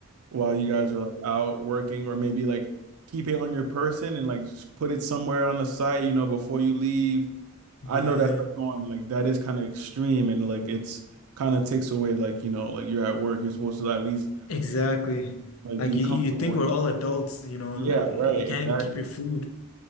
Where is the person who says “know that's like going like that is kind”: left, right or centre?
Right